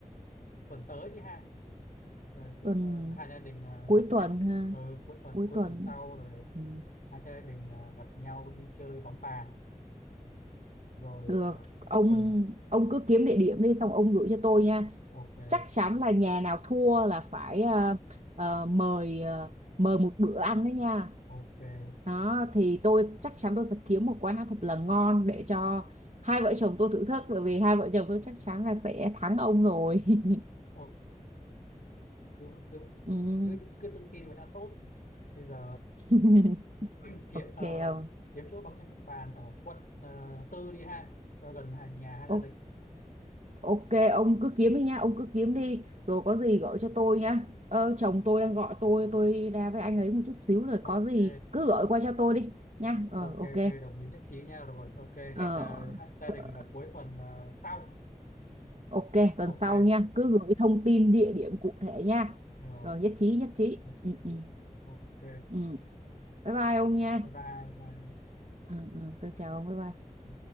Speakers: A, on the left; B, on the right.
A: tuần tới đi ha rồi chúng
B: tuần
A: ờ, hai gia đình ờ,
B: cuối
A: gặp
B: tuần
A: nhau
B: ha
A: ừ, cuối tuần
B: cuối
A: cuối
B: tuần
A: tuần sau rồi
B: ừ,
A: hai gia đình ờ, gặp nhau đi chơi bóng bàn rồi
B: được
A: ờ,
B: ông
A: quần
B: ông cứ kiếm địa điểm đi xong ông gửi cho tôi nha
A: ok
B: chắc chắn là nhà nào thua là phải ờ, ờ, mời ờ, mời một bữa ăn đó nha
A: ok
B: đó thì tôi chắc chắn tôi sẽ kiếm một quán ăn thật là ngon để cho hai vợ chồng tôi thử thức bởi vì hai vợ chồng tôi chắc chắn là sẽ thắng ông rồi <laughs>
A: ok cứ cứ
B: ừ.
A: cứ, cứ tự tin là đã tốt bây giờ
B: <laughs>
A: ờ, kiếm
B: ok
A: ờ,
B: ông
A: kiếm chỗ bóng bóng bàn ở quận ờ, tư đi ha cho gần hàng nhà hai
B: O-
A: gia đình
B: ok ông cứ kiếm đi nha ông cứ kiếm đi rồi có gì gọi cho tôi nha ờ, chồng tôi đang gọi tôi tôi ra với anh ấy một chút xíu rồi
A: ok
B: có gì cứ gọi qua cho tôi đi nha ờ
A: ok
B: ok
A: ok đồng ý nhất trí nha rồi ok hẹn
B: ờ
A: ờ, hai gia
B: ờ,
A: đình là cuối tuần ờ, sau
B: Ok, tuần
A: ok
B: sau nha, cứ gửi thông tin địa điểm cụ thể nha.
A: rồi
B: Rồi nhất trí, nhất trí.
A: ok
B: Ừ,
A: ok
B: ừ,
A: Ok,
B: ừ. Bye bye ông nha.
A: bye bye bye
B: Ừ, ừ, tôi chào ông, bye bye.
A: Ừ.